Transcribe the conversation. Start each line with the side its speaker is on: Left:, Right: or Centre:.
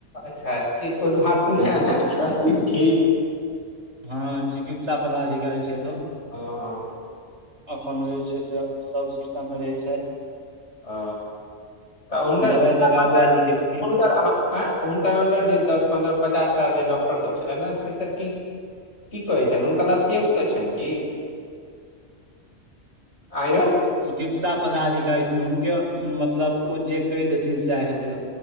Left: अच्छा ई उद्घाटन <unintelligible> करथिन की?
Right: हँ चिकित्सा पदाधिकारी छथि ओ
Left: हँ हँ
Right: अपन ओ जे छै से सब सिस्टम मे रहै छै छैथ।
Left: ओ तऽ हुनकर
Right: दवाइ
Left: हुनकर
Right: तवाइ उएह
Left: अन्दर
Right: लिखै छथिन
Left: जे आंय अन्दर जे दस पन्द्रह पचासटा जे डाॅक्टर टर सब छलनिए से सब की की कहै छनि हुनका लतियैबितो छनि की? आँयौ
Right: चिकित्सा पदाधिकारी छथिन हुनके मतलब ओ जे कहि देथिन सएह हेत